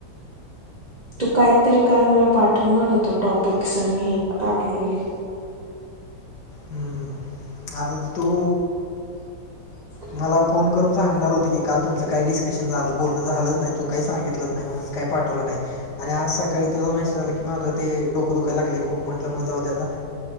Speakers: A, on the right (about 25°); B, on the left (about 75°).
A: तू कायतरी काल मला पाठवणार होतास टॉपिकस आणि हे काढलेले
B: हम्म आता तू
A: <inaudible>
B: मला फोन करून सांगणार होती की काल तुमचं काही डिस्कशन झालं बोलणं झालंच नाही तू काही सांगितलंच नाही मग मी काय पाठवल नाही आणि आज सकाळी तुझा मेसेज आला की माझा ते डोक डोकं दुखायला लागले खूप म्हणलं जाऊदे आता